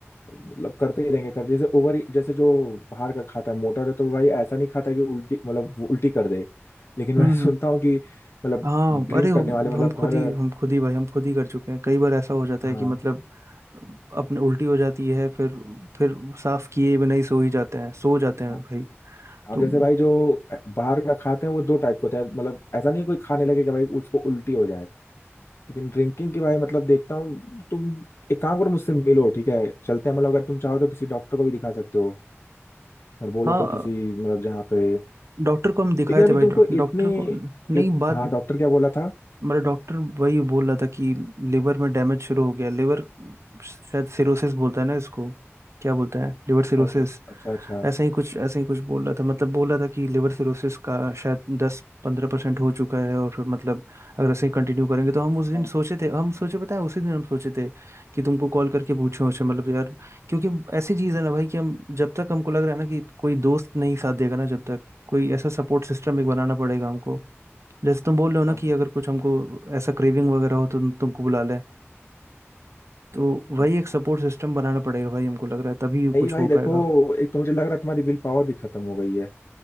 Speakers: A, on the left; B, on the right.
A: मतलब करते ही रहेंगे करते जैसे ओवर जैसे जो बाहर का खाता है मोटा है तो भाई ऐसा नहीं खाता कि उल्टी मतलब वो उल्टी कर दे लेकिन
B: हम्म,
A: मैं <laughs>
B: हम्म।
A: सुनता हूँ कि मतलब
B: हाँ
A: ड्रिंक
B: अरे हम
A: करने वाले मतलब
B: हम
A: बहुत
B: खुद ही हम खुद ही भाई हम खुद ही कर चुके हैं कई बार ऐसा हो जाता
A: हाँ
B: है कि मतलब अपने उल्टी हो जाती है फिर फिर साफ किए बिना ही सो ही जाते हैं सो जाते हैं
A: हाँ।
B: भाई
A: अब
B: तो
A: जैसे भाई जो बाहर का खाते हैं वो दो टाइप के होता है मतलब ऐसा नहीं है कोई खाने लगे कि भाई उसको उल्टी हो जाए लेकिन ड्रिंकिंग की भाई मतलब देखता हूँ तुम एक काम करो मुझसे मिलो ठीक है चलते हैं मतलब अगर तुम चाहो तो किसी डॉक्टर को भी दिखा सकते हो और बोलो
B: हाँ
A: तो किसी मतलब जहाँ पे
B: डॉक्टर को हम दिखाए
A: लेकिन अभी
B: थे भाई
A: तुमको
B: डॉ-
A: इतने
B: डॉक्टर को नहीं
A: इत,
B: बात
A: हाँ डॉक्टर क्या बोला था
B: मेरा डॉक्टर वही बोल रहा था कि लिवर में डैमेज शुरू हो गया लिवर शायद सिरोसिस बोलता है ना इसको क्या बोलता है लिवर सिरोसिस
A: ओह अच्छा अच्छा
B: ऐसा ही कुछ ऐसा ही कुछ बोल रहा था मतलब बोल रहा था कि लिवर सिरोसिस का शायद दस पंद्रह परसेंट हो चुका है और फिर मतलब अगर ऐसे ही कंटिन्यू करेंगे तो हम उस दिन
A: हाँ,
B: सोचे थे हम सोचे पता है उसी दिन हम सोचे थे कि तुमको कॉल करके पूछे उसे मतलब यार क्योंकि ऐसी चीज़ है ना भाई कि हम जब तक हमको लग रहा है ना कि कोई दोस्त नहीं साथ देगा ना जब तक कोई ऐसा सपोर्ट सिस्टम एक बनाना पड़ेगा हमको जैसे तुम बोल रहे हो ना
A: हाँ,
B: कि अगर कुछ हमको ऐसा क्रेविंग वगैरह हो तो तुम- तुमको बुला लें तो
A: हाँ।
B: वही एक सपोर्ट सिस्टम बनाना पड़ेगा भाई हमको लग रहा है तभी
A: नहीं
B: कुछ
A: भाई
B: हो
A: देखो
B: पाएगा
A: एक तो मुझे लग रहा है तुम्हारी विल पावर भी खत्म हो गई है